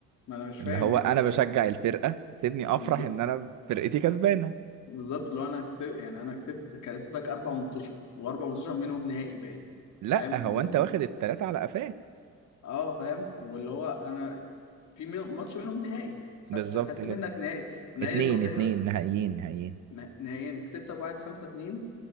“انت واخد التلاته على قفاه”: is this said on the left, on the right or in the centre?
Right